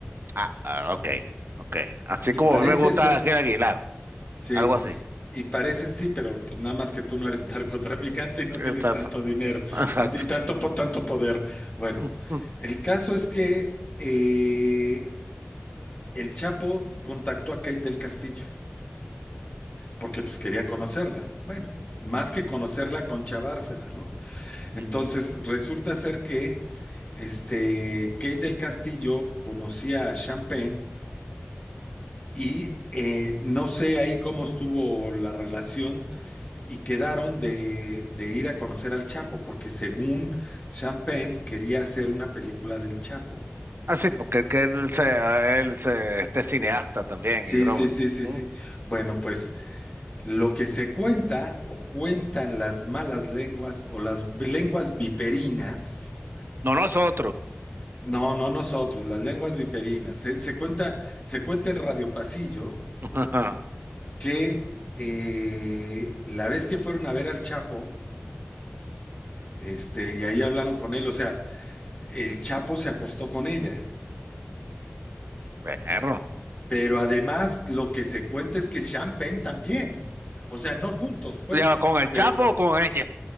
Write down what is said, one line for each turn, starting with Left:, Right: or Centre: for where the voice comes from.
Right: Ah, ah, ok, ok. Así
Left: Y
Right: como
Left: parece
Right: a mí me gusta
Left: ser,
Right: Ángel Aguilar,
Left: sí,
Right: algo así.
Left: y parece sí, pero pues nada más que tú no eres <laughs> narcotraficante y no tienes
Right: Exacto,
Left: tanto dinero,
Right: exacto.
Left: ni tanto, po- tanto poder. Bueno,
Right: Ujú,
Left: el caso es que eh, el Chapo contactó a Kate del Castillo, porque pues quería conocerla. Bueno, más que conocerla, conchavársela, ¿no?
Right: ujú.
Left: Entonces, resulta ser que este, Kate del Castillo conocía a Champagne y eh, no sé ahí cómo estuvo la relación y quedaron de, de ir a conocer al Chapo, porque según Champagne quería hacer una película del Chapo.
Right: ah sí porque que él se, a él se, este cineasta también
Left: Sí,
Right: y broma.
Left: sí, sí, sí,
Right: Mm.
Left: sí. Bueno, pues lo que se cuenta o cuentan las malas lenguas o las lenguas viperinas
Right: No nosotros.
Left: No, no nosotros, las lenguas viperinas. Se, se cuenta, se cuenta en Radio Pasillo
Right: <laughs>
Left: que eh, la vez que fueron a ver al Chapo, este, y ahí hablaron con él, o sea, el Chapo se acostó con ella.
Right: Perro.
Left: Pero además lo que se cuenta es que Sean Penn también. O sea, no juntos, pues,
Right: ¿Ya con el
Left: pero
Right: Chapo o con ella?